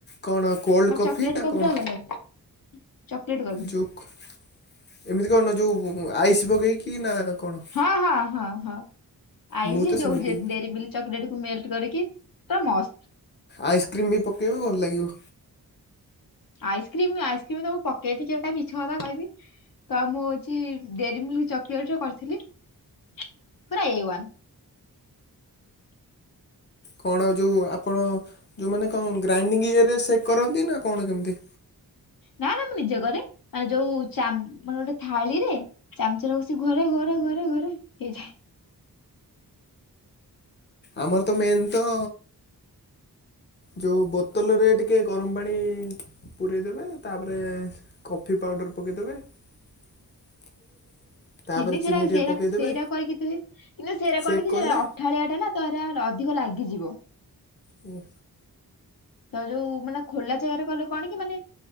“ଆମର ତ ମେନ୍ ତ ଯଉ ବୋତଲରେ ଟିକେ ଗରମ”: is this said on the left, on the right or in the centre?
Left